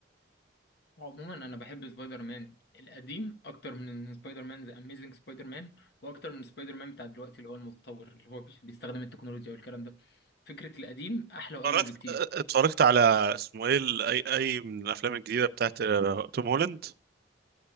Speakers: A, on the left; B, on the right.
A: عموما أنا بحب سبايدر مان القديم أكتر من سبايدر مان ذا أميزنج سبايدر مان وأكتر من سبايدر مان بتاع دلوقتي اللي هو المتطور اللي هو بيستخدم التكنولوجيا والكلام ده فكرة القديم أحلى وأجمل
B: اتفرجت
A: بكتير
B: اتفرجت على اسمه ايه ال- اي اي من الافلام الجديده بتاعت آه، توم هولاند